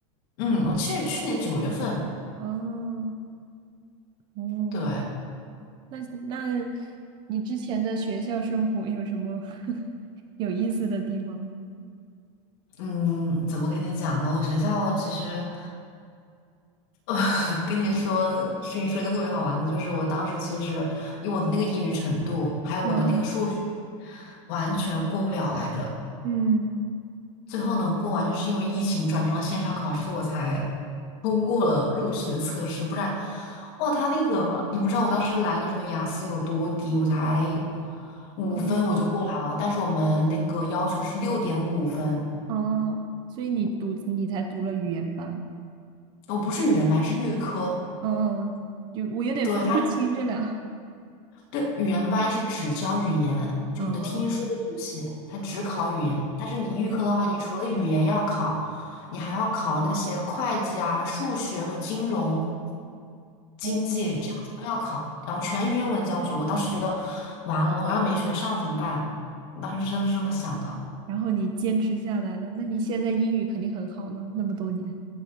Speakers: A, on the left; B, on the right.
A: 嗯，我其实去年九月份，
B: 哦哦，
A: 对，
B: 那那你之前的学校生活有什么 <laughs> 有意思的地方吗？
A: 嗯，怎么跟你讲呢？我学校其实，呃，<laughs> 跟你说，跟你说一个特别好玩的，就是我当时其实以我的那个英语程度，还有我的那个数学，
B: 嗯嗯
A: 完全过不了来着。
B: 嗯
A: 最后能过完，就是因为疫情转成了线上考试，我才通过了入学测试。不然，哇，他那个你不知道，我当时来的时候雅思有多低，我才五分我就过来了。
B: 嗯
A: 但是我们那个要求是六点五分，
B: 哦，所以你读你才读了语言班，
A: 我不是语言班，是预科。
B: 嗯嗯，就我有点分不清这俩
A: 对他。对，语言班是只教语言，就你的听说读写，
B: 哦
A: 它只考语言。
B: 嗯
A: 但是你预科的话，
B: 嗯
A: 你除了语言要考，你还要考那些会计啊、数学和金融、经济这样子都要考，
B: 哦，
A: 然后全英文教学。我当时觉得完了，我要没学上怎么办？我当时真的是这么想的。
B: 然后你坚持下来了，那你现在英语肯定很好了，那么多年，